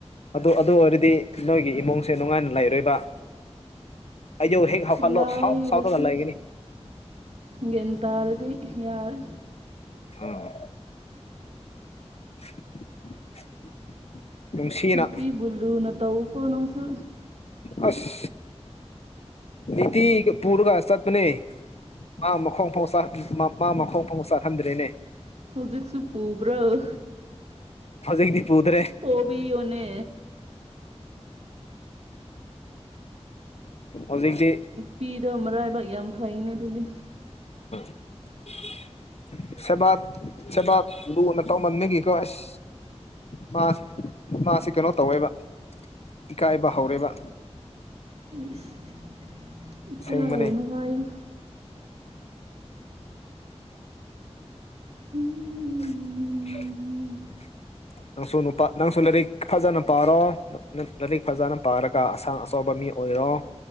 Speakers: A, on the left (about 65°); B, on the right (about 65°).
A: ꯑꯗꯨ ꯑꯗꯨ ꯑꯣꯏꯔꯗꯤ ꯅꯣꯏꯒꯤ ꯏꯃꯨꯡꯁꯦ ꯅꯨꯡꯉꯥꯏꯅ ꯂꯩꯔꯣꯏꯕ ꯑꯌ ꯍꯦꯛ ꯍꯧꯒꯠꯂꯣ
B: ꯂꯥꯏꯔꯁꯨ
A: ꯁꯥꯎ ꯁꯥꯎꯔꯒ ꯂꯩꯒꯅꯤ
B: ꯒꯟꯇꯥꯥꯔꯗꯤ ꯌꯥꯔ
A: ꯑꯥ <unintelligible> ꯅꯨꯡꯁꯤꯅ
B: ꯅꯨꯄꯤꯕꯨ ꯂꯨꯅ ꯇꯧꯀꯣ ꯅꯪꯁꯨ
A: ꯑꯁ ꯃꯇꯤ ꯄꯔꯒ ꯆꯠꯄꯅꯦ ꯃꯥ ꯃꯈꯣꯡ ꯐꯥꯎ ꯃꯥ ꯃꯈꯣꯡ ꯐꯥꯎ ꯆꯠꯍꯟꯗ꯭ꯔꯦꯅꯦ
B: ꯍꯧꯖꯤꯛꯁꯨ ꯄꯨꯕꯔꯣ
A: ꯍꯖꯤꯦꯛꯗꯤꯞ ꯎꯗ꯭ꯔꯦ
B: ꯄꯕꯤꯌꯣꯅꯦ
A: ꯍꯧꯖꯤꯛꯗꯤ
B: ꯄꯤꯗ ꯃꯔꯥꯏꯕꯥꯛ ꯌꯥꯝ ꯐꯩꯅꯦ ꯑꯗꯨꯗꯤ
A: <unintelligible> ꯁꯕꯥꯥꯛ ꯆꯦꯕꯥꯠ ꯂ ꯅꯠꯇꯣ ꯃꯃꯤꯒꯤꯀꯣ ꯑꯦꯁ ꯃꯥ ꯃꯥꯁꯤ ꯀꯩꯅꯣ ꯇꯧꯋꯦꯕ ꯏꯀꯥꯏꯕ ꯍꯧꯔꯦꯕ
B: ꯏꯁ ꯏꯀꯥꯏꯔꯅꯨ
A: ꯑꯁꯦꯕꯅꯦ
B: ꯍꯥꯏꯌꯨ ꯎꯝ
A: <unintelligible> ꯅꯪꯁꯨ ꯅꯨꯄꯥ ꯅꯪꯁꯨ ꯂꯥꯏꯔꯤꯛ ꯐꯖꯅ ꯄꯥꯔꯣ ꯂꯥꯏꯔꯤꯛ ꯐꯖꯅ ꯄꯥꯔꯒ ꯑꯁꯥꯡ ꯑꯆꯧꯕ ꯃꯤ ꯑꯣꯏꯔꯣ